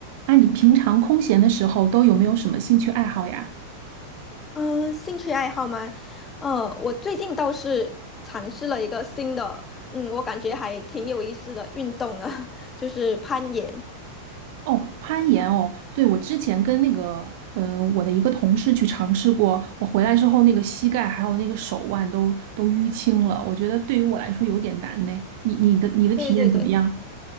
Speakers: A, on the right; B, on the left.
A: 那你平常空闲的时候都有没有什么兴趣爱好呀？
B: 嗯，兴趣爱好吗？呃，我最近倒是尝试了一个新的，嗯，我感觉还挺有意思的运动呢，<laughs> 就是攀岩。
A: 哦，攀岩哦，对，我之前跟那个，呃，我的一个同事去尝试过，我回来之后那个膝盖还有那个手腕都都淤青了，我觉得对于我来说有点难呢。你你的你的体验怎么样？
B: 对对对，